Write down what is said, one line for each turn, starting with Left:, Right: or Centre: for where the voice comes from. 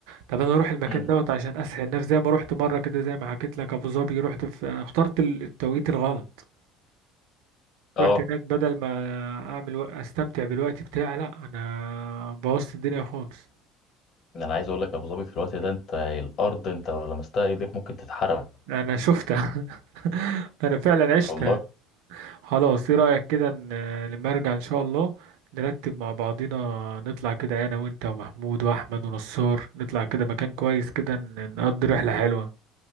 Right: طب انا اروح المكان
Left: امم
Right: دوت عشان اسهل نفسي زي ما رحت مره كده زي ما حكيت لك ابو ظبي رحت في أنا اخترت ال- التوقيت الغلط
Left: اه
Right: رحت هناك بدل ما اعمل و... استمتع بالوقت بتاعي لا انا بوظت الدنيا خالص
Left: يعني انا عايز اقول لك ابو ظبي في الوقت ده انت الارض انت لو لمستها ايدك ممكن تتحرق
Right: انا شفتها <laughs> انا فعلا عشتها
Left: والله
Right: خلاص ايه رايك كده ن- لما ارجع ان شاء الله نرتب مع بعضينا نطلع كده انا وانت ومحمود واحمد ونصار نطلع كده مكان كويس كده ن- نقضي رحله حلوه